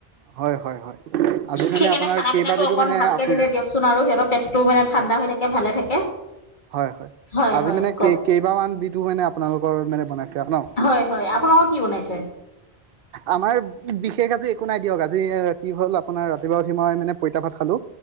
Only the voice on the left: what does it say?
সেইকাৰণে
খানা
পিনাটো অকণ
ভালকে
দিলে দিয়কচোন- চোন আৰু সিহঁতৰ পেটটো মানে ঠাণ্ডা
হৈ থাকে ভালে থাকে,
হয়
হয়
কওক।
হয় হয় আপোনালোকৰ কি বনাইছে?